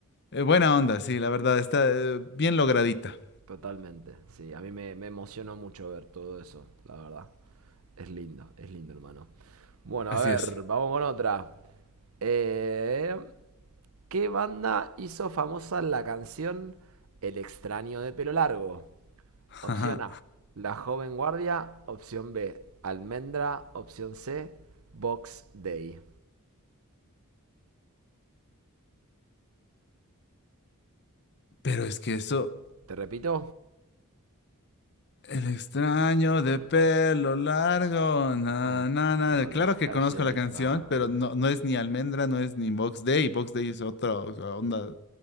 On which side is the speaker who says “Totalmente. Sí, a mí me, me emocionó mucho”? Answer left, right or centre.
Right